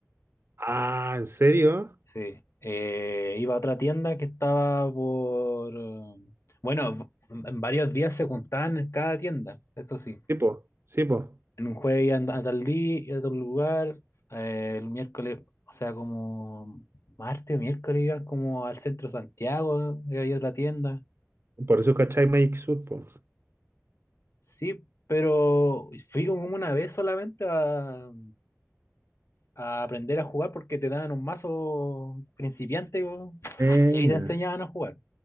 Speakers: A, on the right; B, on the left.
A: Ah, ¿en serio?
B: Sí. Eh, iba a otra tienda que estaba por... eh, Bueno, en varios días se juntaban en cada tienda, eso sí.
A: Sí, po, sí, po.
B: en un jueves iban a tal día, a tal lugar, eh, el miércoles, o sea, como martes o miércoles iban como al centro de Santiago, y había otra tienda.
A: Por eso, ¿cachai? Magic Sword, po.
B: Sí, pero fui como una vez solamente a, a aprender a jugar porque te daban un mazo principiante po,
A: Buena.
B: y ahí te enseñaban a jugar.